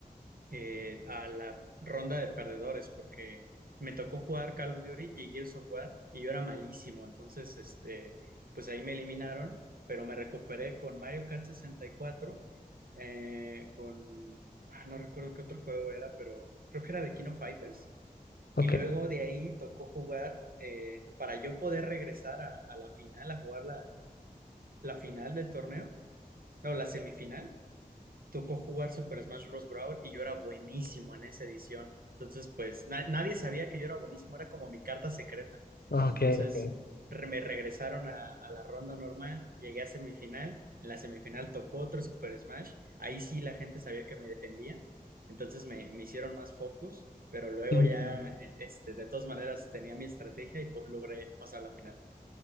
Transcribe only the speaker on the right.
eh, a la ronda de perdedores porque me tocó jugar Call of Duty y Gears of War y yo era malísimo, entonces este, pues ahí me eliminaron, pero me recuperé con Mario Kart 64, eh, con, ah, no recuerdo qué otro juego era, pero creo que era de King of Fighters.
Y luego de ahí tocó jugar, eh, para yo poder regresar a, a la final, a jugar la, la final del torneo, no, la semifinal tocó jugar Super Smash Bros. Brawl y yo era buenísimo en esa edición. Entonces, pues na- nadie sabía que yo era buenísimo, era como mi carta secreta.
Entonces,
re- me regresaron a, a la ronda normal, llegué a semifinal, en la semifinal tocó otro Super Smash, ahí sí la gente sabía que me defendía, entonces me, me hicieron más focus, pero luego
ya, eh, este, de todas maneras tenía mi estrategia y po- logré pasar la final.